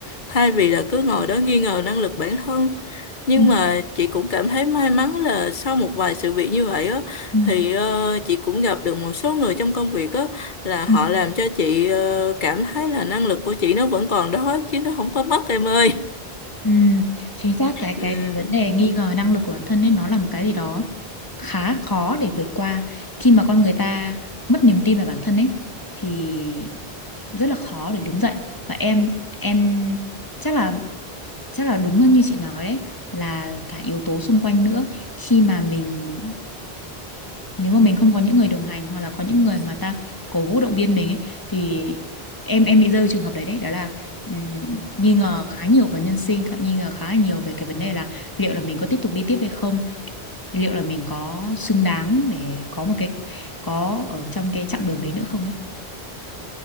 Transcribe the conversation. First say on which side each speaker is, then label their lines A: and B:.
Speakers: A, on the left (about 50°); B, on the left (about 20°).
A: thay vì là cứ ngồi đó nghi ngờ năng lực bản thân nhưng
B: ừ
A: mà chị cũng cảm thấy may mắn là sau một vài sự việc như vậy á
B: ừ
A: thì ờ, chị cũng gặp được một số người trong công việc á là họ
B: ừ.
A: làm cho chị ờ, cảm thấy là năng lực của chị nó vẫn còn đó chứ nó không có mất em ơi
B: Ừ, chính xác cái
A: ừ.
B: cái cái vấn đề nghi ngờ năng lực của bản thân ấy nó là một cái gì đó khá khó để vượt qua khi mà con người ta mất niềm tin vào bản thân ấy thì rất là khó để đứng dậy và em em chắc là chắc là đúng là như chị nói đấy là cả yếu tố xung quanh nữa khi mà mình nếu mà mình không có những người đồng hành hoặc là có những người mà ta cổ vũ động viên mình ấy, thì em em bị rơi vào trường hợp đấy đấy đó là ừm, nghi ngờ khá nhiều về nhân sinh khá- nghi ngờ khá là nhiều về cái vấn đề là liệu là mình có tiếp tục đi tiếp hay không hay liệu là mình có xứng đáng để có một cái có ở trong cái chặng đường đấy nữa không ấy